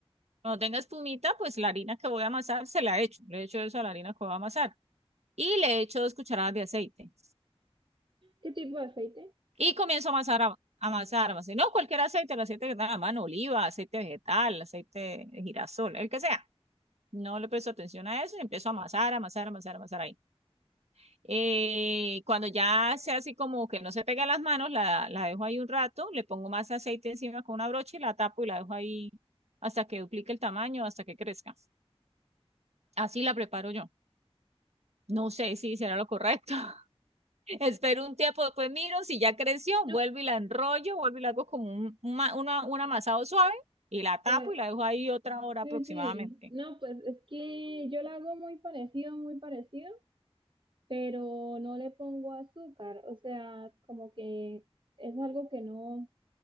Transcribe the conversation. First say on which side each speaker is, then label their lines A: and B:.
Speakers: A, on the right; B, on the right.
A: cuando tenga espumita, pues la harina que voy a amasar se la echo. Le echo eso a la harina que voy a amasar. Y le echo dos cucharadas de aceite.
B: ¿Qué tipo de aceite?
A: Y comienzo a amasar, a, amasar, amasar. No cualquier aceite, el aceite que tenga a mano, oliva, aceite vegetal, aceite de girasol, el que sea. No le presto atención a eso y empiezo a amasar, amasar, amasar, amasar ahí. Eh, cuando ya sea así como que no se pega las manos, la, la dejo ahí un rato, le pongo más aceite encima con una brocha y la tapo y la dejo ahí hasta que duplique el tamaño, hasta que crezca. Así la preparo yo. No sé si será lo correcto. <laughs> Espero un tiempo, después miro si ya creció,
B: No,
A: vuelvo y la enrollo, vuelvo y la hago como un, un ma- una- un amasado suave y la tapo
B: pues
A: y la dejo ahí otra hora
B: Sí,
A: aproximadamente.
B: sí, no, pues es que yo la hago muy parecido, muy parecido, pero no le pongo azúcar, o sea, como que es algo que no,